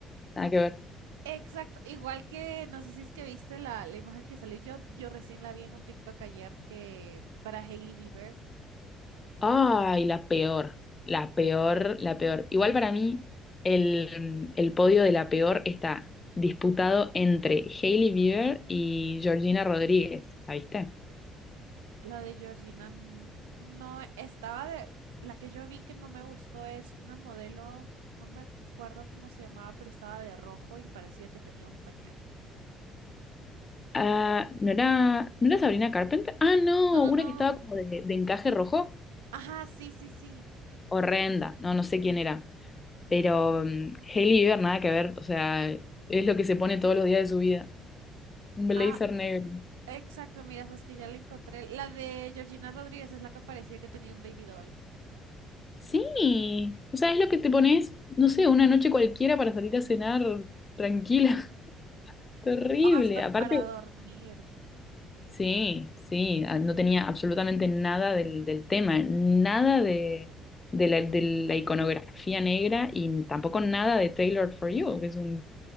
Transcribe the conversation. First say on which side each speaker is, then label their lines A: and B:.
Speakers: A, on the left (about 30°); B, on the right (about 85°).
A: nada que ver.
B: Exacto, igual que no sé si es que viste la, la imagen que salió. Yo, yo recién la vi en un TikTok ayer que para Hailey Bieber,
A: Ay, la peor, la peor, la peor. Igual para mí, el, el podio de la peor está disputado entre Hailey Bieber y Georgina Rodríguez. ¿La viste?
B: la de Georgina n- no estaba de. La que yo vi que no me gustó es una modelo, no me acuerdo cómo se llamaba, pero estaba de rojo y parecía que tenía un pañal.
A: Ah, ¿no era, no era Sabrina Carpenter? Ah, no,
B: No, no,
A: una
B: no.
A: que estaba como de, de encaje rojo.
B: Ajá, sí, sí, sí.
A: Horrenda. No, no sé quién era. Pero mm, Hailey Bieber nada que ver, o sea, es lo que se pone todos los días de su vida. Un blazer
B: Ah,
A: negro.
B: exacto, mira, sabes que ya la encontré. La de Georgina Rodríguez es la que parecía que tenía un baby doll.
A: Sí, o sea, es lo que te pones, no sé, una noche cualquiera para salir a cenar tranquila. <laughs> Terrible.
B: Hasta para
A: Aparte,
B: dormir.
A: sí, sí, a- no tenía absolutamente nada del, del tema, nada de, de la, de la iconografía negra y tampoco nada de Tailored for You, que es un,